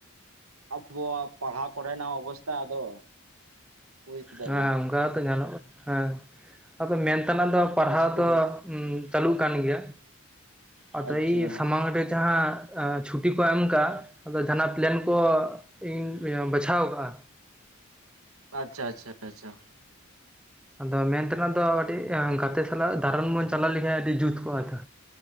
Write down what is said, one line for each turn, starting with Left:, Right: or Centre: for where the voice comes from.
Right: ᱟᱵᱚᱣᱟᱜ ᱯᱟᱲᱦᱟᱣ ᱠᱚᱨᱮᱱᱟᱜ ᱚᱵᱚᱥᱛᱟ ᱟᱫᱚ ᱵᱩᱡ ᱫᱟᱵᱤᱱ
Centre: ᱦᱮᱸ ᱚᱱᱠᱟᱛᱚ ᱧᱮᱞᱚᱜ ᱦᱮᱸ ᱟᱫᱚ ᱢᱮᱱ ᱛᱮᱱᱟᱜ ᱫᱚ ᱯᱟᱲᱦᱟᱣ
Right: ᱤᱥᱠᱩᱞ
Centre: ᱫᱚ ᱩᱸ ᱪᱟᱹᱞᱩᱜ ᱠᱟᱱ ᱜᱮᱭᱟ ᱟᱫᱚ
Right: ᱟᱪᱪᱷᱟ
Centre: ᱤ ᱥᱟᱢᱟᱝ ᱨᱮ ᱡᱟᱦᱟᱸ ᱮ ᱪᱷᱩᱴᱤ ᱠᱚ ᱮᱢ ᱠᱟᱜ ᱟᱫᱚ ᱡᱟᱦᱟᱱᱟᱜ ᱯᱞᱮᱱ ᱠᱚ ᱤᱧ ᱵᱟᱪᱷᱟᱣ ᱠᱟᱜᱼᱟ
Right: ᱟᱪᱪᱷᱟ ᱟᱪᱪᱷᱟ ᱟᱪᱪᱷᱟ
Centre: ᱟᱫᱚ ᱢᱮᱱᱛᱮᱱᱟᱜ ᱫᱚ ᱢᱤᱫᱴᱤᱜ ᱜᱟᱛᱮ ᱥᱟᱞᱟᱜ ᱫᱟᱬᱟᱱ ᱵᱚᱱ ᱪᱟᱞᱟᱣ ᱞᱮᱠᱷᱟᱱ ᱟᱹᱰᱤ ᱡᱩᱛ ᱠᱚᱜᱼᱟ ᱛᱚ